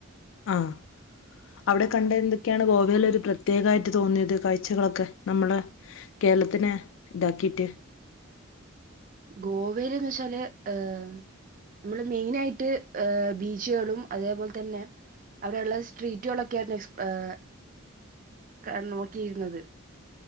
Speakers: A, on the left; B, on the right.
A: ആഹ് അവിടെ കണ്ട എന്തൊക്കെയാണ് ഗോവേല് ഒരു പ്രത്യേകായിട്ട് തോന്നിയത് കാഴ്ചകളൊക്കെ നമ്മളെ കി കേരളത്തിനെ ഇതാക്കീറ്റ്
B: ഗോവേല് എന്നു വെച്ചാല് ഏഹ് അമ്മള് മെയിനായിട്ട് ഏഹ് ബീച്ചുകളും അതേ പോലെ തന്നെ അവിടെള്ള സ്ട്രീറ്റുകളൊക്കെ <unintelligible> ഏഹ് ക്ക നോക്കിയിരുന്നത്.